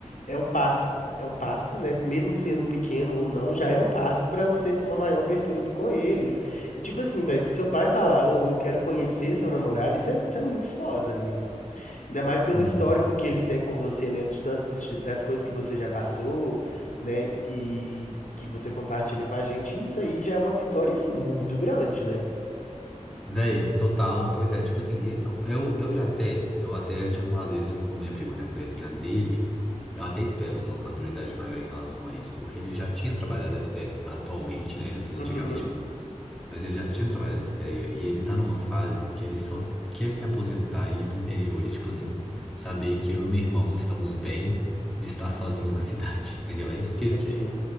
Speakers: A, on the left (about 90°); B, in the centre.
A: é um passo, é um passo, né? Mesmo sendo pequeno ou não, já é um passo pra você ter uma maior abertura com eles. E, tipo assim, velho, pro seu pai falar, ou eu quero conhecer seu namorado, isso é, isso é muito foda, amigo. Ainda mais pelo
B: hum.
A: histórico que eles têm com você, né? Do tanto de- das coisas que você já passou, né? E que você compartilha com a gente. E isso aí já é uma vitória, assim, muito grande, né?
B: Véi, total, pois é. Tipo assim, e eu, eu já até, eu até tinha falado isso com minha prima, né? Eu falei assim, a dele, eu até espero uma maturidade maior em relação a isso, porque ele já tinha trabalhado essa ideia atualmente, né? Assim,
A: Uhum.
B: antigamente Mas ele já tinha trabalhado essa ideia e ele tá numa fase que ele só quer se aposentar e ir pro interior e, tipo assim, saber que eu e meu irmão estamos bem de estar sozinhos na cidade, <laughs> entendeu? É isso
A: Entendi.
B: que ele quer.